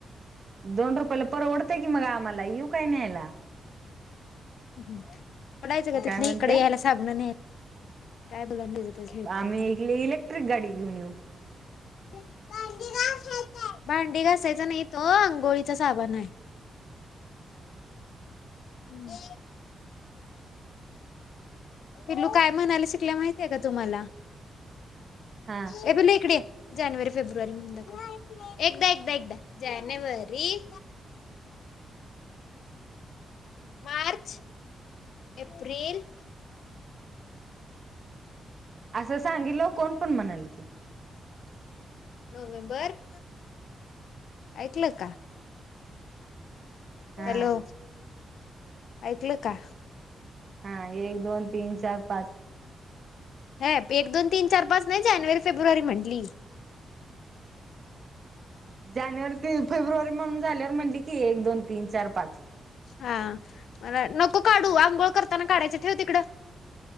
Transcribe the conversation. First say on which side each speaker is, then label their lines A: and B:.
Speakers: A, on the right (about 45°); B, on the left (about 80°).
A: दोन रुपयाला परवडतय की मग आम्हाला येऊ काय न्यायला?
B: परवडायच का तिथून
A: काय म्हणत्या
B: इकडे यायला साबण न्यायला. काय बघा तेच तेच खेळतया‌.
A: आम्ही इलेक्ट्रिक गाडी घेऊन येऊ
B: <unintelligible> भांडी घासायचा नाही तो आंघोळीच साबण हाय. हम्म. पिलू काय म्हणायला शिकलाय माहितय का तुम्हाला
A: हा
B: हे पिल्लू इकडे ये. जानेवारी, फेब्रुवारी म्हणून दाखव एकदा एकदा एकदा जानेवारी मार्च, एप्रिल
A: असं सांगितलंवर कोण पण म्हणलं की.
B: नोव्हेंबर ऐकलं का?
A: हा
B: हॅलो ऐकल का?
A: हा एक, दोन, तीन, चार, पाच
B: ह एक दोन तीन चार पाच नाही जानेवारी, फेब्रुवारी म्हटली
A: जानेवारी ते फेब्रुवारी म्हणून झाल्यावर म्हणली की एक दोन तीन चार पाच
B: हा मला नको, काढू आंघोळ करताना काढायच ठेव तिकडं